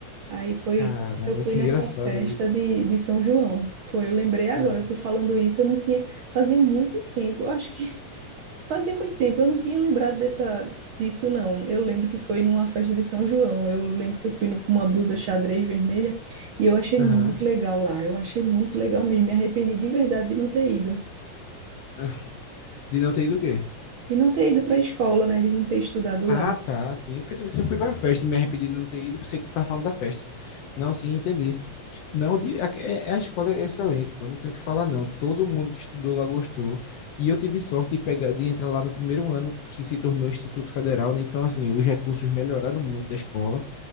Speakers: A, on the right; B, on the left.
A: Aí foi,
B: caramba,
A: que eu fui
B: que
A: nessa
B: engraçado
A: festa
B: isso.
A: de, de São João. Foi, eu lembrei agora,
B: É.
A: tu falando isso, eu não tinha, fazia muito tempo, eu acho que Fazia muito tempo, eu não tinha lembrado dessa, disso, não. Eu lembro que foi numa festa de São João. Eu lembro que eu fui no- com uma blusa xadrez vermelha e eu achei
B: Aham.
A: muito legal lá. Eu achei muito legal mesmo. Me arrependi de verdade de não ter ido.
B: <laughs> De não ter ido o quê?
A: De não ter ido para a escola, né? De não ter estudado lá.
B: Ah, tá, sim. Porque tu disse que eu fui pra festa e me arrependi de não ter ido, pensei que tu tava falando da festa. Não, sim, entendi. Não, de- a, é- a escola é excelente, pô, não tenho o que falar, não. Todo mundo que estudou lá gostou. E eu tive sorte de pegar, de entrar lá no primeiro ano que se tornou Instituto Federal, né? Então, assim, os recursos melhoraram muito da escola.